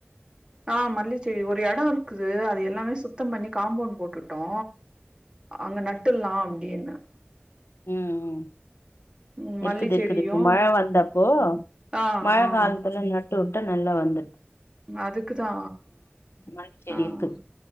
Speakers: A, on the right (about 20°); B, on the left (about 75°).
A: ஆஹ் மல்லி செடி ஒரு எடம் இருக் குது அது எல்லாமே சுத்தம் பண்ணி காம்பவுண்ட் போட்டுட்டோ அங்க நட்டுல்லா அப்டின்னு
B: உம் உம்
A: ம் மல்லி
B: இருக்குது
A: செடியு
B: இருக்குது இப்போ மழ வந்தப்போ
A: ஆ ஆ
B: மழ காலத்துல நட்டு டா நல்லா வந்துட்
A: அதுக்கு தா
B: மல்லி செடி
A: ஆஹ்
B: இருக்குது